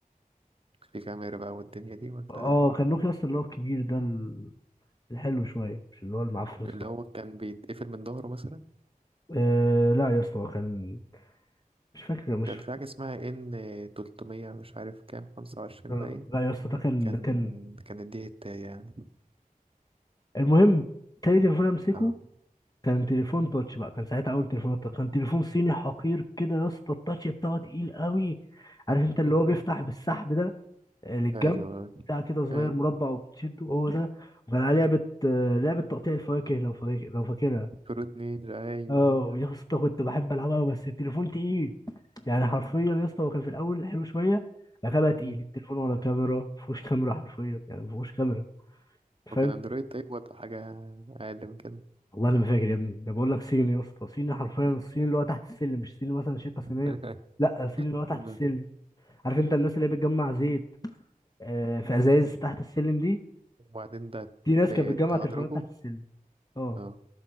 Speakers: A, on the right; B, on the left.
A: في كاميرا بقى والدنيا دي ولا
B: اه كان نوكيا اصلا اللي هو الكبير ده ال- الحلو شويه مش اللي هو المعفن الصغير
A: اللي هو كان بيتقفل من ظهره مثلا
B: آه لا يا اسطى هو كان مش فاكر مش
A: كان في حاجة اسمها ان تلتمية مش عارف كام خمسة وعشرين
B: آه،
A: باين
B: لا يا اسطى ده كان
A: كان
B: ده كان
A: كانت دي هتاية يعني
B: المهم تاني تليفون امسكه
A: اه
B: كان تليفون تاتش بقى كان ساعتها اول تليفون تاتش كان تليفون صيني حقير كده يا اسطى التاتش بتاعه تقيل قوي عارف
A: <laughs>
B: انت اللي هو بيفتح بالسحب ده آه، للجنب
A: ايوه
B: بتاع كده صغير
A: اي
B: مربع وبتشده هو ده وكان عليه لعبه آه، لعبه تقطيع الفواكه لو فاكر لو فاكرها
A: فروت نينجا ايوه
B: اه
A: ايوه ايوه
B: يا اسطى كنت بحب العبها أوي، بس التليفون تقيل يعني حرفيا يا اسطى هو كان في الاول حلو شويه بعد كده بقى تقيل
A: مم.
B: التليفون ولا كاميرا مفيهوش كاميرا حرفيا يعني مفيهوش كاميرا
A: وكان
B: فاهم
A: اندرويد طيب ولا حاجة اقل من كده
B: والله انا ما فاكر يا ابني ده بقول لك صيني يا اسطى صيني حرفيا الصيني اللي هو تحت السلم مش صيني مثلا شركه صينيه
A: <laughs>
B: لا صيني اللي هو تحت
A: مم.
B: السلم عارف انت الناس اللي هي بتجمع زيت آه، في ازايز
A: مم.
B: تحت السلم دي
A: وبعدين ده
B: دي ناس
A: ت-
B: كانت بتجمع
A: تهدرجه
B: تليفونات تحت السلم اه
A: اه